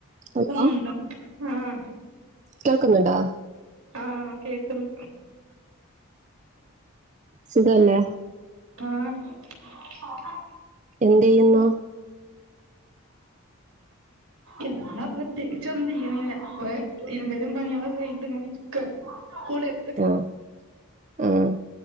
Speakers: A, on the right (about 70°); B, on the right (about 30°).
A: <unintelligible>
B: ഹലോ
A: മുണ്ടും ആഹ്
B: കേൾക്ക്ന്ന് ണ്ടോ?
A: ആഹ് കേക്ക്ന്ന്
B: സുഖല്ലേ?
A: ആഹ്
B: എന്തെയ്യുന്നു?
A: എന്നാ പ്രത്യേകിച്ചൊന്നും ചെയ്യ്ണില്ല. വേം തിര്മ്പലും പണ്യാളൊക്കെ കയ്ഞ്ഞ്ട്ട്ങ്ങനെ ഇരിക്കാണ്. കുള്യൊ
B: ആഹ് ആഹ്